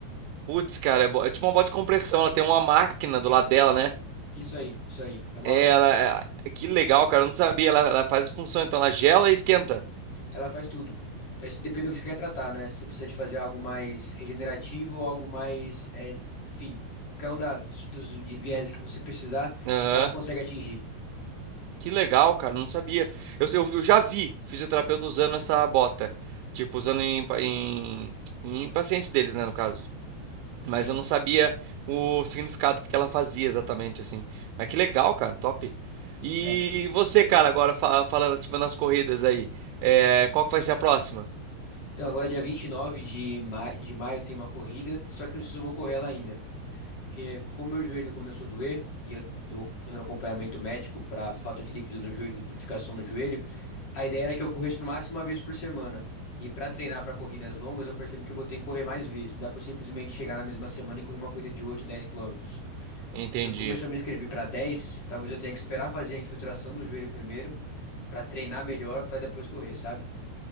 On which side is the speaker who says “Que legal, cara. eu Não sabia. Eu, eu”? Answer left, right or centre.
Right